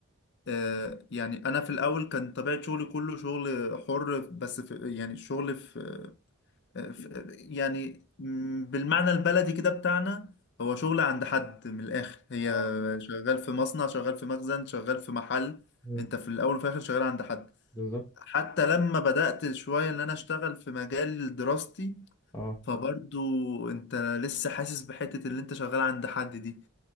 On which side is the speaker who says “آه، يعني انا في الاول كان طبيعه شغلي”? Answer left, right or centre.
Left